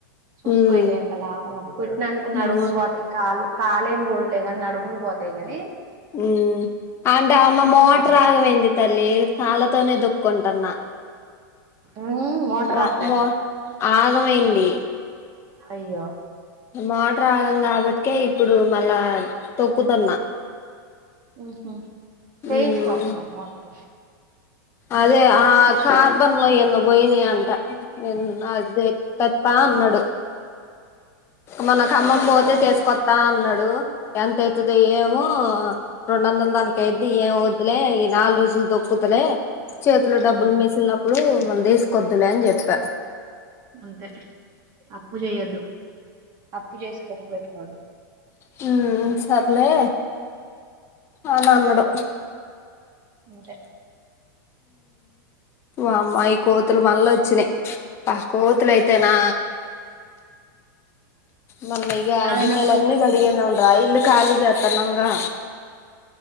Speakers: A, on the right; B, on the left.
A: సుస్కో
B: ఉమ్
A: ఇగ ఎంత లాభమో కుట్నందుకు నడుముల్
B: ఉమ్
A: పోతాయి కాళ్ళు కాలే ఏం పోదులే కానీ నడువులు పోతాయి కానీ
B: హమ్ అంటే అమ్మ మోటార్
A: డబ్బులు
B: ఆగమైంది తల్లి తళ్ళతోనే దొక్కుకుంటాన్న
A: ఉమ్ మోటర్
B: మో
A: రాట్లే
B: మో ఆగమైంది
A: అయ్యో
B: మోటర్ ఆగమైంది కాబట్టికే ఇప్పుడు మళ్ళా తొక్కుతున్న
A: ఓహ చేయించుకొ
B: ఉమ్
A: అక్క మోటార్
B: అదే ఆ కార్బన్ లో ఎందో పోయినాయి అంట నే ఎక్కత్తా అన్నాడు మన కమ్మం పోతే తీసుకొస్తా అన్నాడు ఎంత అవుతుందో ఏమో రెండు వందలు దాక అయిద్ది ఏమి వద్దులే ఈ నాలుగు రోజులు దొక్కుతలే చేతులు డబ్బులు
A: ఉమ్
B: మేసిలినప్పుడు తీసుకొద్దులే అని చెప్పా
A: అంతే అప్పుూ చేయ్యొద్దు అప్పు చేసి కప్పు పెట్టుకోదు
B: హమ్ సర్లే ఆ నాన్నడు
A: అంతే
B: వఅమ్మా ఈ కోతులు మళ్ళా వచ్చినాయి ఆ కోతుల అయితేనా మన్న
A: యాడైనా
B: గిన్నెల
A: పోతలే
B: అన్ని కడిగిన రైలు ఖాళీ చేతనంగా